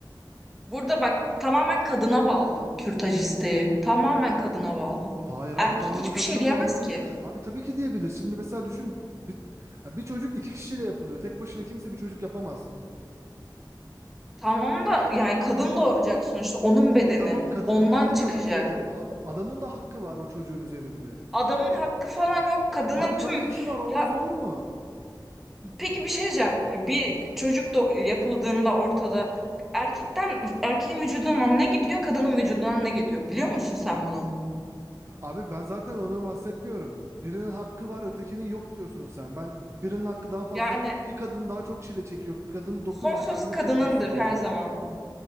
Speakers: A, in the centre; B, on the right.
A: Burada bak tamamen kadına bağlı kürtaj isteği. Tamamen kadına bağlı.
B: Hayır abi
A: Erkek
B: tamamen
A: hiçbir
B: kadına
A: şey diyemez
B: bağlı değil.
A: ki.
B: Abi tabii ki diyebilir. Şimdi mesela düşünün. Bir, ha, bir çocuk iki kişiyle yapılıyor. Tek başına kimse bir çocuk yapamaz.
A: Tamam da yani kadın doğuracak sonuçta onun bedeni
B: E tamam kadının
A: ondan
B: vücudu
A: çıkacak.
B: da çocuğu ad- adamın da hakkı var o çocuğun üzerinde.
A: Adamın hakkı falan yok. Kadının
B: Abi tabii
A: tüm
B: ki var olmaz
A: ya
B: olur mu?
A: peki bir şey diyeceğim. Bir çocuk do- yapıldığında ortada erkekten erkeğin vücudundan ne gidiyor, kadının vücudundan ne gidiyor? Biliyor musun sen bunu?
B: Abi ben zaten onu bahsetmiyorum. Birinin hakkı var, ötekinin yok diyorsun sen. Ben birinin hakkı daha fazla.
A: Yani
B: Tabii ki kadın daha çok çile çekiyor. Kadını 9
A: son
B: ay
A: söz
B: karnına
A: kadınındır
B: taşıyorsun onu.
A: her zaman.